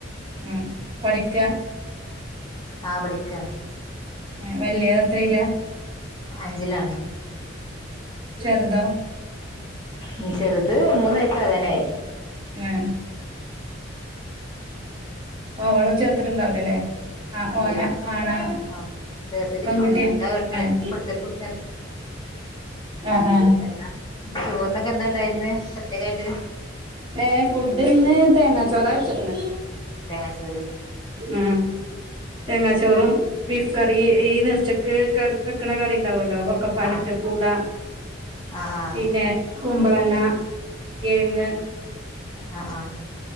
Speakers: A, on the right (about 25°); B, on the left (about 25°).
A: ഉം പഠിക്കാ
B: ആഹ് പഠിക്കാണ്
A: എ വല്ല്യാള് എത്രേലാ?
B: അഞ്ചിലാണ്
A: ചെർദോ
B: ഉം ചെറ്ത് മൂന്ന് വയസാകാനായി
A: ഏഹ് അവളെ ചേർത്തിട്ടുണ്ടാവൂലലെ അ
B: ഇല്ല്യ
A: ഓന ആണാ
B: ആഹ് ചേർത്തിട്ടില്ല
A: പെൺകുട്ടിയ
B: ഓൻ്റെ കളി കളിക്കും
A: ഏഹ്
B: പിടുത്തർക്കും ചേർത്ത്.
A: ആഹ് ആഹ്
B: എന്താ ചോറിനൊക്കെന്താണ്ടായിര്ന്നെ പ്രത്യേകായിട്ട്
A: ഏഹ് ഫുഡ്ന്ന് തേങ്ങാചോറാ വെച്ച് ക്ക്ണേ
B: തേങ്ങാച്ചോറ്
A: ആഹ് തേങ്ങാ ചോറും ബീഫ് കറി ഈ നേർച്ചക്ക് കറി വെക്കണ കറി ഉണ്ടാവല്ലോ ഒക്കപ്പാലിട്ട്
B: ആഹ്
A: പൂള
B: ആഹ് ആഹ്
A: പിന്നെ കുമ്പളങ്ങ കേങ്ങ്
B: ആഹ് ആഹ്